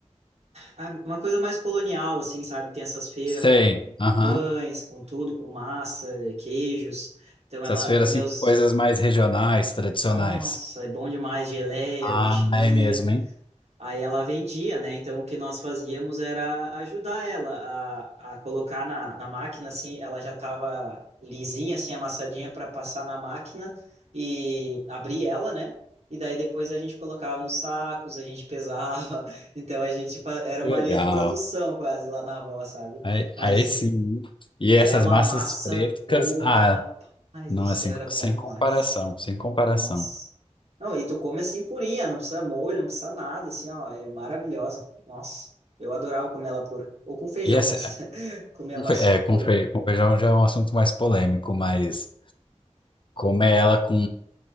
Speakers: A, on the right; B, on the left.
A: ah, Uma coisa mais colonial, assim, sabe? Tem essas feiras
B: Sei.
A: com, com
B: Aham.
A: pães, com tudo, com massa, queijos. Então ela,
B: Essas feiras,
A: meus.
B: assim, com coisas mais regionais, tradicionais.
A: Nossa, é bom demais, geleia,
B: Ah,
A: né? Chimia.
B: é mesmo, hein?
A: Aí ela vendia, né? Então o que nós fazíamos era ajudar ela a, a colocar na, na máquina, assim, ela já estava lisinha, assim, amassadinha para passar na máquina e abrir ela, né? E daí depois a gente colocava nos sacos, a gente pesava. <laughs> Então a gente fa- era
B: Que
A: uma
B: legal.
A: linha de produção quase lá na avó, sabe?
B: Aí,
A: Mas
B: aí sim. hein? E
A: e
B: essas
A: era uma
B: massas
A: massa
B: pretas,
A: boa,
B: ah,
A: rapaz
B: não
A: do céu,
B: é sem,
A: era bom
B: sem
A: demais.
B: comparação, sem comparação.
A: Nossa. Não, e tu come assim purinha, não precisa molho, não precisa nada, assim, ó, é maravilhosa. Nossa, eu adorava comer ela pura. Ou com feijão,
B: E essa,
A: mas <laughs> comia
B: com
A: mais
B: fe- é, com,
A: pura.
B: fe, com feijão já é um assunto mais polêmico, mas comer ela com,